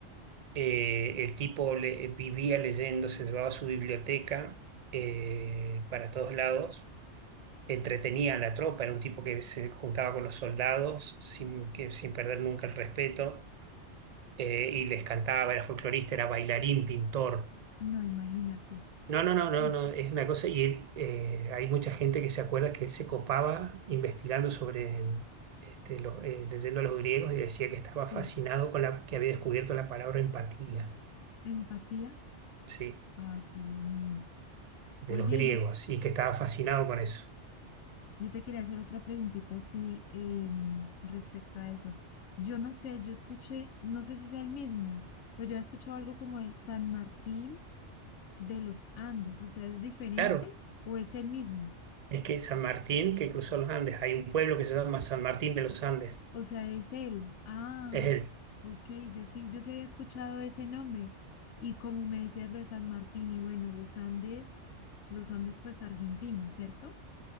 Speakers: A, on the right; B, on the left.
A: Eh, el tipo le- vivía leyendo, se llevaba su biblioteca eh, para todos lados, entretenía a la tropa, era un tipo que se juntaba con los soldados sin, que, sin perder nunca el respeto eh, y les cantaba, era folclorista, era bailarín, pintor.
B: no, imagínate,
A: No, no, no, no,
B: no,
A: no, es una cosa, y él, eh, hay mucha gente que se acuerda que él se copaba investigando sobre, este, los, eh, leyendo a los griegos y decía que estaba fascinado
B: sí,
A: con la, que había descubierto la palabra empatía,
B: empatía,
A: ¿sí?
B: ay, qué bonito.
A: De
B: Oye,
A: los griegos, y que estaba fascinado con eso.
B: Yo te quería hacer otra preguntita, así em, respecto a eso. Yo no sé, yo escuché, no sé si sea el mismo, pero yo he escuchado algo como de San Martín de los Andes, o sea, ¿es diferente
A: Claro,
B: o es el mismo?
A: es que San Martín, que cruzó los Andes, hay un pueblo que se llama San Martín de los Andes,
B: O sea, es él. Ah,
A: es él.
B: ok, yo sí, yo sí había escuchado ese nombre. Y como me decías lo de San Martín, y bueno, los Andes, los Andes pues argentinos, ¿cierto?